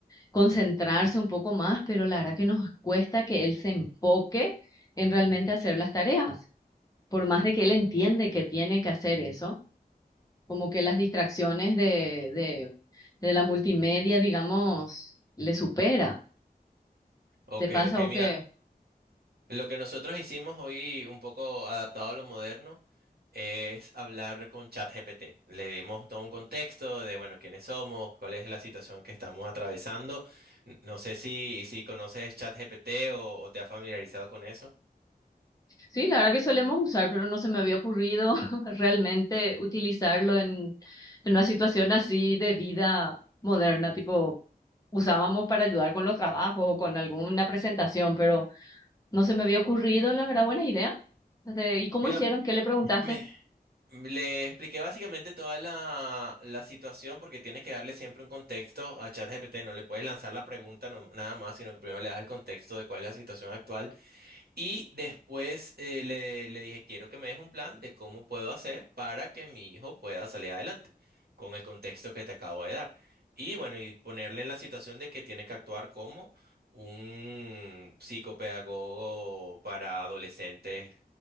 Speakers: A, on the left; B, on the right.
A: concentrarse un poco más, pero la verdad que nos cuesta que él se enfoque en realmente hacer las tareas. Por más de que él entiende que tiene que hacer eso, como que las distracciones de, de, de la multimedia, digamos, le supera.
B: Ok,
A: ¿Te pasa
B: ok,
A: o
B: mira.
A: qué?
B: Lo que nosotros hicimos hoy, un poco adaptado a lo moderno, es hablar con ChatGPT. Le dimos todo un contexto de, bueno, quiénes somos, cuál es la situación que estamos atravesando. N- No sé si, si conoces ChatGPT o, o te has familiarizado con eso.
A: Sí, la verdad que solemos usar, pero no se me había ocurrido <laughs> realmente utilizarlo en, en una situación así de vida moderna, tipo usábamos para ayudar con los trabajos o con alguna presentación, pero no se me había ocurrido, la verdad, buena idea. De- ¿y cómo
B: Mira,
A: hicieron? ¿Qué le preguntaste?
B: <clears throat> me- le expliqué básicamente toda la, la situación porque tienes que darle siempre un contexto a ChatGPT. No le puedes lanzar la pregunta no- nada más, sino que primero le das el contexto de cuál es la situación actual. Y después eh, le, le dije, quiero que me des un plan de cómo puedo hacer para que mi hijo pueda salir adelante, con el contexto que te acabo de dar. Y bueno, y ponerle en la situación de que tiene que actuar como un psicopedagogo para adolescentes